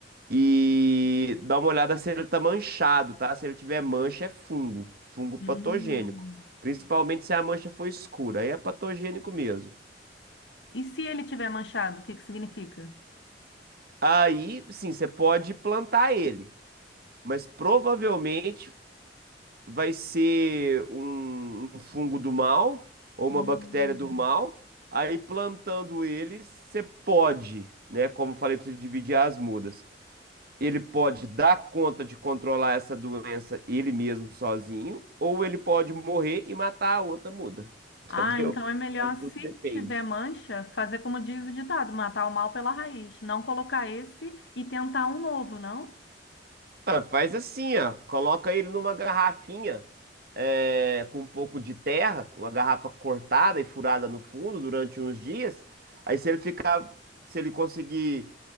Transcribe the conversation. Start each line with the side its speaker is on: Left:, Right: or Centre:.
Right: E dar uma olhada se ele tá manchado, tá? Se ele tiver mancha, é fungo, fungo patogênico.
Left: Hum.
Right: Principalmente se a mancha for escura, aí é patogênico mesmo.
Left: E se ele tiver manchado, o que que significa?
Right: Aí, sim, você pode plantar ele, mas provavelmente vai ser um, um fungo do mal ou
Left: Hum.
Right: uma bactéria do mal. Aí plantando ele, você pode, né? Como eu falei, precisa dividir as mudas. Ele pode dar conta de controlar essa doença ele mesmo sozinho, ou ele pode morrer e matar a outra muda, <laughs>
Left: Ah,
Right: entendeu?
Left: então é melhor,
Right: Então
Left: se
Right: tudo depende.
Left: tiver mancha, fazer como diz o ditado, matar o mal pela raiz. Não colocar esse e tentar um novo, não?
Right: Ah, faz assim, ó. Coloca ele numa garrafinha é, com um pouco de terra, uma garrafa cortada e furada no fundo durante uns dias. Aí se ele ficar, se ele conseguir